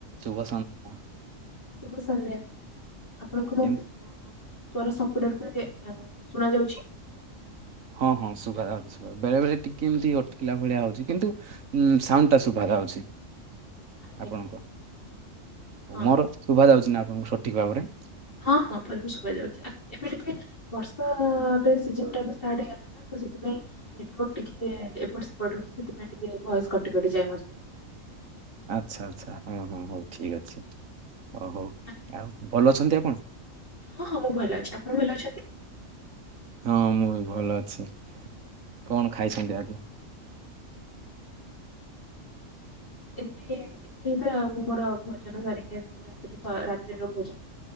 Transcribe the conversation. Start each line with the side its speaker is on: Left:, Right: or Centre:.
Right: ଶୁଭ ସନ୍ତ
Left: ଶୁଭ ସନ୍ଧ୍ୟା ଆପଣଙ୍କର
Right: କେମ
Left: ସ୍ଵର ସମ୍ପୁଟରୁ ଏ ଶୁଣା ଯାଉଛି।
Right: ହଁ ହଁ ଶୁଭା ଅଛି। ବେଳେ ବେଳେ ଟିକେ ଏମିତି ଅଟକିଲା ଭଳିଆ ହଉଛି କିନ୍ତୁ ଉଁ ସାଉଣ୍ଡ ଟା ଶୁଭାର ହାଉଛି।
Left: ଆଜ୍ଞା
Right: ଆପଣଙ୍କ
Left: ଆଜ୍ଞା ହଁ
Right: ମୋର ଶୁଭା ଯାଉଛି ନା ଆପଣଙ୍କୁ ସଠିକ ଭାବରେ?
Left: ହଁ ହଁ ପରିବା ଶୁଭ ଯାଉଛିବେ ଆ ଏବେ ଟିକେ ବର୍ଷା ଏବେ ସିଜିନ ଟା ଷ୍ଟାର୍ଟ ହେଇଗଲା ନା ତ ସେଥିପାଇଁ ନେଟୱର୍କ ଟିକେ ଏପଟ ସେପଟ ସେଥିପାଇଁ ଟିକେ ଭୟସ କଟି କଟି ଯାଏ ମଝିରେ
Right: ଆଚ୍ଛା ଆଚ୍ଛା ହଁ ହଁ ହଉ ଠିକ ଅଛି। ଓ ହଉ
Left: ଆଜ୍ଞା
Right: ଆଉ ଭଲ ଅଛନ୍ତି ଆପଣ?
Left: ହଁ ହଁ ମୁଁ ଭଲ ଅଛି ଆପଣ ଭଲ ଅଛନ୍ତି?
Right: ହଁ ମୁଁ ବି ଭଲ ଅଛି କଣ ଖାଇଛନ୍ତି ଆଜି?
Left: ଏବେ ଏବେ ତ ମୁଁ ମୋର ଭୋଜନ ସରିକି ଆସିରେ ରାତିତ ରାତିର ଭୋଜନ